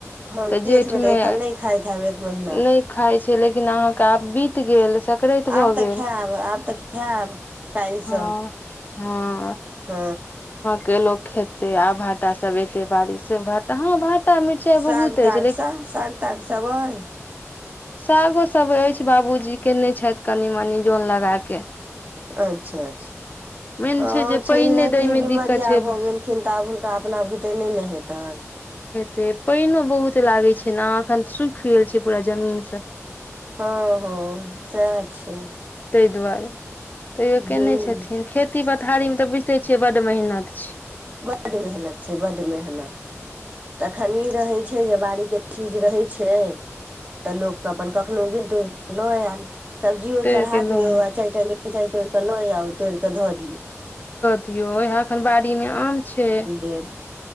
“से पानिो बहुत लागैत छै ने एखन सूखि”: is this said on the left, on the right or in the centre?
Left